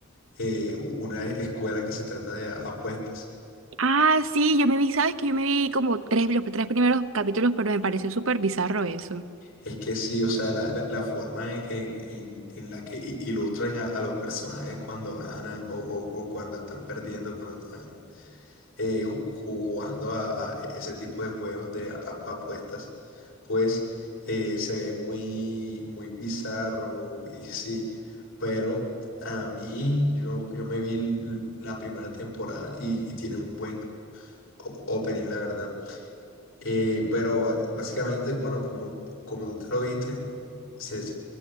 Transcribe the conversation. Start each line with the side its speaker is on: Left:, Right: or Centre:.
Left: eh, u- una e- escuela que se trata de a- apuestas.
Right: Ah, sí, yo me vi, sabes que yo me vi como tres, los tres primeros capítulos, pero me pareció súper bizarro eso.
Left: Es que sí, o sea, la, la- la forma en, en- en- en la que i- ilustran a, a los personajes cuando ganan o, o- o cuando están perdiendo, cuando están eh, ju- jugando a, a ese tipo de juegos de a- apuestas, pues eh, se ve muy, muy bizarro y sí, pero a mí yo, yo me vi l- la primera temporada y, y tiene un buen o- opening, la verdad. Eh, pero ba- básicamente, bueno, como, como tú te lo viste, se, se,